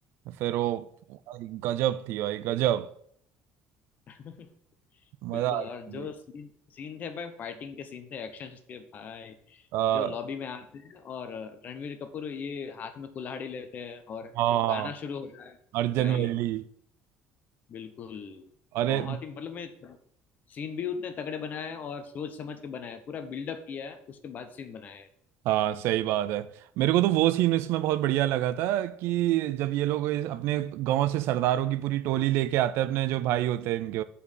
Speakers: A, on the right (about 70°); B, on the left (about 40°).
A: फिर वो भाई, गजब थी भाई गजब
B: बिल्कुल <laughs>
A: मजा
B: बिल्कुल
A: आ
B: और
A: गया
B: जो सीन सीन थे भाई फाइटिंग के सीन थे एक्शन के भाई
A: आ,
B: जो लॉबी में आते हैं और रणवीर कपूर ये हाथ में कुल्हाड़ी लेते हैं और
A: हाँ
B: जो गाना शुरू होता है
A: अर्जन
B: भाई
A: वैली
B: बिल्कुल
A: अरे
B: बहुत ही मतलब मैं सीन भी उतने तगड़े बनाए हैं और सोच समझ के बनाए हैं। पूरा बिल्डअप किया है उसके बाद सीन बनाए हैं।
A: हाँ सही बात है मेरे को तो वो सीन इसमें बहुत बढ़िया लगा था कि जब ये लोग इस- अपने गांव से सरदारों की पूरी टोली लेके आते हैं अपने जो भाई होते हैं इनके